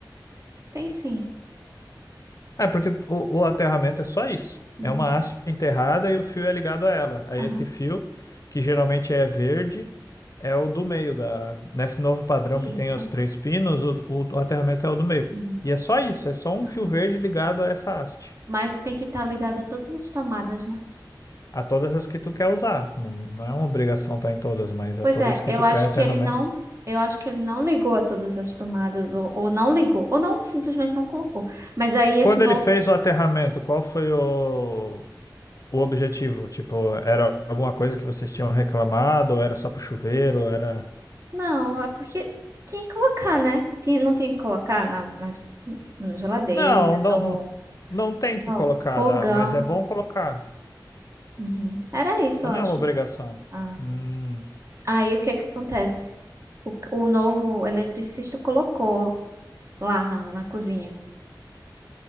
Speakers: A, on the right; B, on the left.
A: tem sim.
B: É, porque o, o aterramento é só isso.
A: Uhum.
B: É uma haste enterrada e o fio é ligado a ela. Aí
A: Aham.
B: esse fio, que geralmente é verde, é o do meio da. Nesse novo padrão
A: Isso.
B: que tem os três pinos, o, o, o aterramento é o do meio.
A: Uhum.
B: E é só isso, é só um
A: Aham.
B: fio verde ligado a essa haste.
A: Mas tem que estar ligado a todas as tomadas, né?
B: a todas as que tu quer usar. Não, não é uma obrigação estar em todas, mas
A: Pois
B: a todas
A: é,
B: que
A: eu
B: tu
A: acho
B: quer aterramento.
A: que ele não, eu acho que ele não ligou a todas as tomadas, ou, ou não ligou, ou não, simplesmente não colocou. Mas aí esse
B: Quando
A: novo,
B: ele fez o aterramento, qual foi o, o objetivo? Tipo, era alguma coisa que vocês tinham reclamado, ou era só pro chuveiro, era...
A: não, é porque tinha que colocar, né? Tinha, não tinha que colocar na, nas, na geladeira,
B: Não, não,
A: no,
B: não tem que
A: no
B: colocar,
A: fogão.
B: dá- mas é bom colocar.
A: Uhum. Era isso,
B: Mas
A: eu acho.
B: não é uma obrigação.
A: Ah.
B: Hum.
A: Aí o que que acontece? O, o novo eletricista colocou lá na, na cozinha.